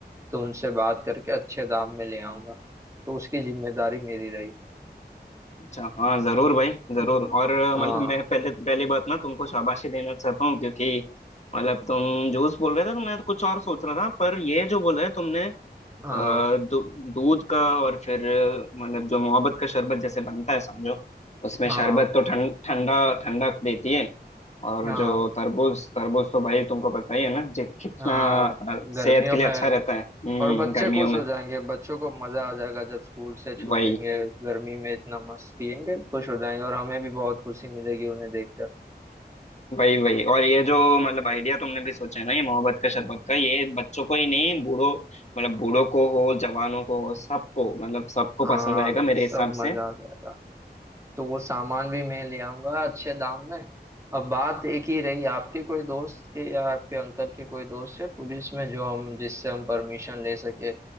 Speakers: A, on the right; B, on the left.
A: तो उनसे बात करके अच्छे दाम में ले आऊंगा तो उसकी जिम्मेदारी मेरी रही
B: अच्छा हाँ जरूर भाई जरूर और अ,
A: हाँ
B: मतलब मैं पहले पहली बात ना तुमको शाबाशी देना चाहता हूँ क्योंकि मतलब तुम जूस बोल रहे थे तो मैं कुछ और सोच रहा था पर ये जो बोला है तुमने अ,
A: हाँ
B: दू- दूध का और फिर मतलब जो मोहब्बत का शरबत जैसे बनता है समझो उसमें
A: हाँ
B: शरबत तो ठंड ठंडा ठंडक देती है और
A: हाँ
B: जो तरबूज तरबूज तो भाई तुमको पता ही है ना जी कितना
A: हाँ
B: अ, सेहत
A: गर्मियों
B: के लिए
A: में
B: अच्छा रहता है हम्म
A: और बच्चे
B: गर्मियों
A: खुश
B: में
A: हो जाएंगे बच्चों को मजा आ जाएगा जब स्कूल से छूटेंगे
B: वही
A: गर्मी में इतना मस्त पियेंगे खुश हो जाएंगे और हमें भी बहुत खुशी मिलेगी उन्हें देखकर
B: वही वही और ये जो मतलब आइडिया तुमने भी सोचा है ना ये मोहब्बत का शरबत का ये बच्चों को ही नहीं बूढ़ों मतलब बूढ़ों को हो जवानों को हो सबको मतलब सबको
A: हाँ
B: पसंद आएगा मेरे
A: सब
B: हिसाब
A: मजा
B: से
A: आ जाएगा तो वो सामान भी मैं ले आऊंगा अच्छे दाम में अब बात एक ही रही आपके कोई दोस्त के या आपके अंकल के कोई दोस्त है पुलिस में जो हम जिससे हम परमिशन ले सके